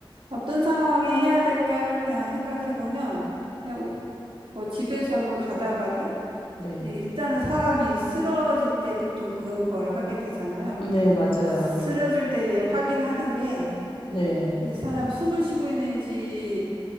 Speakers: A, on the right; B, on the left.
A: 어떤 상황에 해야 될까를 그냥 생각해 보면 그냥 우- 뭐 집에서든 가다가든
B: 네.
A: 예, 일단은 사람이 쓰러질 때 보통 그걸 하게 되잖아요.
B: 어, 네, 맞아요.
A: 쓰러질 때 이제 확인하는 게
B: 네.
A: 이 사람이 숨을 쉬고 있는지